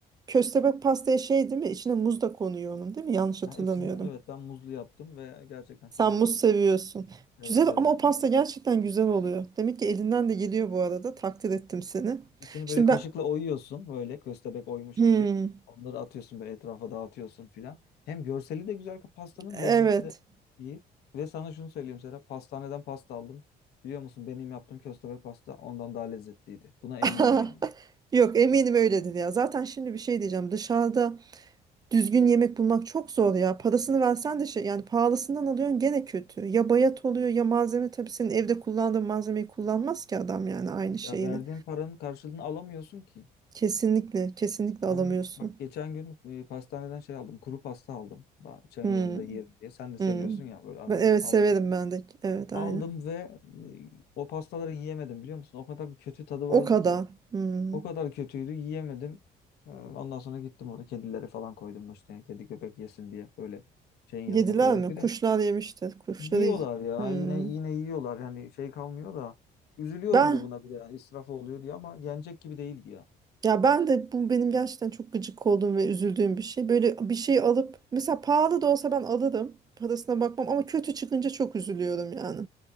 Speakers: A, on the right (about 25°); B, on the left (about 75°).
A: köstebek pastaya şey değil mi? İçine muz da konuyor onun değil mi? Yanlış hatırlamıyorum.
B: Ha, içini evet ben muzlu yaptım ve gerçekten
A: Sen
B: çok güzel
A: muz
B: oldu.
A: seviyorsun.
B: Evet
A: Güzel
B: evet.
A: ama o pasta gerçekten güzel oluyor. Demek ki elinden de geliyor bu arada. Takdir ettim seni.
B: İçini
A: Şimdi
B: böyle kaşıkla
A: ben
B: oyuyorsun böyle köstebek oymuş
A: Hmm.
B: gibi. Onları atıyorsun böyle etrafa dağıtıyorsun filan. Hem görseli de güzel pastanın
A: Evet.
B: lezzeti de iyi. Ve sana şunu söyleyeyim Serap pastaneden pasta aldım. Biliyor musun benim yaptığım köstebek pasta ondan daha lezzetliydi. Buna
A: <laughs>
B: eminim yani.
A: Yok eminim öyledir ya. Zaten şimdi bir şey diyeceğim. Dışarıda düzgün yemek bulmak çok zor ya. Parasını versen de şey yani pahalısından alıyorsun gene kötü. Ya bayat oluyor ya malzeme tabii senin evde kullandığın malzemeyi kullanmaz ki adam yani aynı şeyini.
B: Ya verdiğin paranın karşılığını alamıyorsun ki.
A: Kesinlikle kesinlikle
B: Yani
A: alamıyorsun.
B: bak geçen gün e, pastaneden şey aldım. Kuru pasta aldım. Ben çayın
A: Hmm,
B: yanında yerim diye. Sen de seviyorsun
A: hmm.
B: ya böyle arada
A: Ben- Evet
B: almayı.
A: severim ben de. Evet aynı.
B: Aldım ve e, o pastaları yiyemedim biliyor musun? O kadar bir kötü tadı
A: O
B: vardı
A: kadar.
B: ki.
A: Hmm.
B: O kadar kötüydü yiyemedim. Ee, Ondan sonra gittim orada kedilere falan koydum işte. Kedi köpek yesin diye böyle şeyin
A: Yediler
B: yanına koydum.
A: mi?
B: Bir
A: Kuşlar
B: de
A: yemiştir. Kuşları.
B: yiyorlar ya
A: Hmm.
B: yine yine yiyorlar. Yani şey kalmıyor da. Üzülüyorum
A: Ben
B: da buna bir de yani israf oluyor diye ama yenecek gibi değildi ya.
A: Ya ben de bu benim gerçekten çok gıcık olduğum ve üzüldüğüm bir şey. Böyle bir şey alıp mesela pahalı da olsa ben alırım. Parasına bakmam ama kötü çıkınca çok üzülüyorum yani.